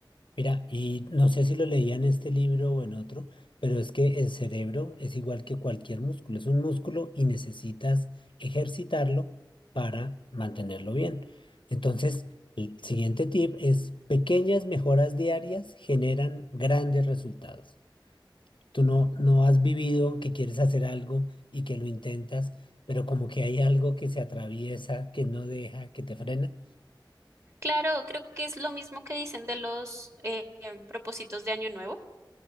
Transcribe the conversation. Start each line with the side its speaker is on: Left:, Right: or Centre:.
Left: Mira, y no sé si lo leía en este libro o en otro, pero es que el cerebro es igual que cualquier músculo, es un músculo y necesitas ejercitarlo para mantenerlo bien. Entonces, el siguiente tip es pequeñas mejoras diarias generan grandes resultados. Tú no, no has vivido que quieres hacer algo y que lo intentas, pero como que hay algo que se atraviesa, que no deja, que te frena.
Right: Claro, creo que es lo mismo que dicen de los eh, em, propósitos de Año Nuevo,